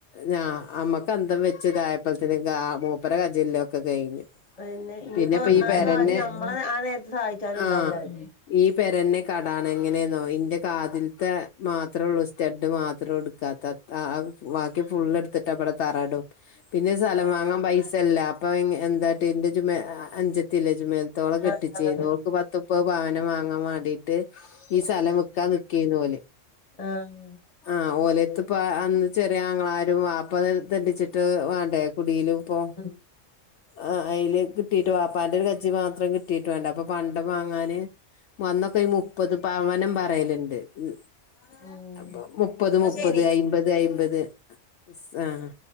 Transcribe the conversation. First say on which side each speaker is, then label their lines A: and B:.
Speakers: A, on the left; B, on the left.
A: ഞാ അമ്മക്ക് അന്തം വെച്ച് ഇതായപ്പത്തിന് മൂപ്പരെ കജ്ജിലിള്ളതൊക്കെ കഴിഞ്ഞു
B: അത് തന്നെ ഇഞ്ഞിപ്പോ
A: പിന്നെപ്പ
B: എന്നാലും
A: ഈ പെരന്നെ
B: ആരും ഞമ്മളെ ആ നേരത്ത് സഹായിച്ചാനും ഇണ്ടാവൂല
A: ആഹ്
B: ആരും
A: ഈ പെരന്നെ കടാണ് എങ്ങനെന്നോ ഇന്റെ കാതിൽത്തെ മാത്രോള്ളു സ്റ്റഡ് മാത്രൊ എടുക്കാത്തെ ആഹ് ബാക്കി ഫുള്ള് എടുത്തിട്ട ഇവിടെ തറയിടും പിന്നെ സ്ഥലം വാങ്ങാൻ പൈസയില്ല അപ്പൊ എന്താട്ടി എന്റെ ജുമേ അനുജത്തില്ലേ ജുമേല ത്ത് ഓളെ കെട്ടിച്ചീന്നു
B: ആഹ്
A: ഓൾക്ക് പത്തുമുപ്പത് പവനും വാങ്ങാൻ വാണ്ടി ട്ട് ഈ സ്ഥലം വിക്കാൻ നിക്കെയായിരുന്നു ഓല്
B: ആഹ്
A: ആഹ് ഓലെത്ത് ഇപ്പ അന്ന് ചെറിയ ആങ്ങളാരും വാപ്പതെണ്ടിച്ചിട്ട് വേണ്ടേ കുടിയിലും ഇപ്പൊ-
B: മ്മ് <unintelligible>
A: ആഹ് അയില് കിട്ടീട്ട് വാപ്പാന്റെ ഒരു കജ്ജ് മാത്രം കിട്ടീട്ട് വേണ്ടെ അപ്പൊ പണ്ടം വാങ്ങാന് അന്നൊക്കെ ഈ മുപ്പത് പവനും പറയലിണ്ട് ഉം
B: ഉം
A: അപ്പൊ മുപ്പത്
B: ന്നാ
A: മുപ്പത്
B: ശരി
A: അയ്മ്പത് അയ്മ്പത് ആഹ്